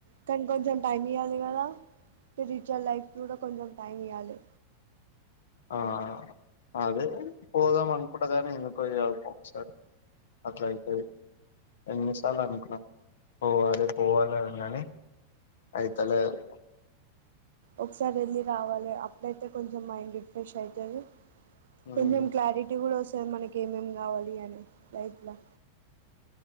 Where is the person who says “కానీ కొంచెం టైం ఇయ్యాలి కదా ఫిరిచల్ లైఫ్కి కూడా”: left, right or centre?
Right